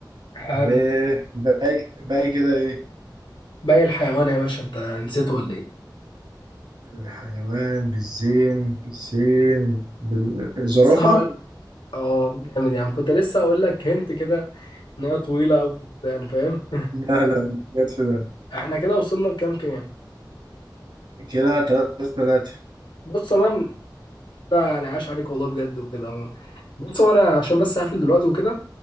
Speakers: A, on the left; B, on the right.
A: حلو
B: وباقي باقي كده إيه
A: باقي الحيوان يا باشا انت نسيته ولا ايه
B: الحيوان بالزين بالسين بالزرافة
A: بص هقول اه جامد يعني كنت لسه هقول لك هنت كده ان هي طويله او كده يعني فاهم
B: لا لا جت في بالي
A: <laughs> احنا كده وصلنا لكام كام
B: كده تلاتة تلاتة
A: بص يا مان ده يعني عاش عليك والله بجد وكده عموما بص وانا عشان بس هقفل دلوقتي وكده